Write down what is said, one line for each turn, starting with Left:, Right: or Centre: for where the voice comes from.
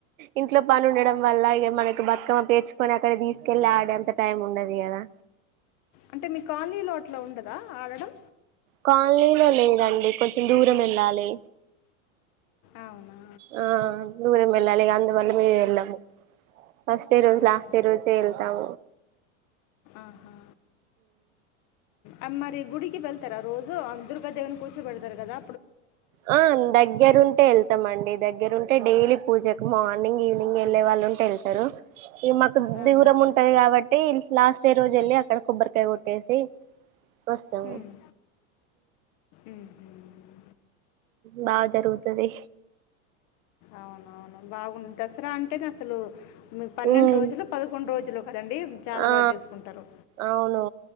Right: ఇంట్లో పనుండడం వల్ల ఇగ మనకి బతుకమ్మ పేచుకొని అక్కడ తీసుకెళ్ళి ఆడే అంత టైం ఉండదు గదా!
Left: అంటే మీ కాలనీలో అట్లో ఉండదా ఆడడం
Right: కాలనీలో లేదండి కొంచెం దూరం వెళ్ళాలి
Left: అవునా
Right: ఆ దూరం వెళ్ళాలిగ అందువల్ల మే వెళ్ళము ఫస్ట్ ఏ రోజు
Left: అచ్చా
Right: లాస్టే రోజే ఎళ్తాం
Left: ఆహా అ మరి గుడికి బల్ రోజు దుర్గ దేవిని కూర్చోబెడతారు గదా
Right: ఆ దగ్గరుంటే వెళ్తమండి దగ్గరుంటే డైలీ పూజ మార్నింగ్ ఈవినింగ్ వెళ్ళే వాళ్ళంటే వెళ్తరు ఇ మాకు
Left: ఆహా
Right: దూరం ఉంటది కాబట్టి లాస్ట్ డే రోజెళ్ళి అక్కడ కొబ్బరికాయ కొట్టేసి వస్తము
Left: మ్మ్. మ్మ్.
Right: బా జరుగుతుది
Left: అవునవును బాగుంది దసరా అంటేనే అసలు మీ పన్నెండు
Right: ఉమ్
Left: రోజులు పదకొండు రోజులు కదండీ చాలా
Right: ఆ
Left: బా చేసుకుంటారు
Right: అవును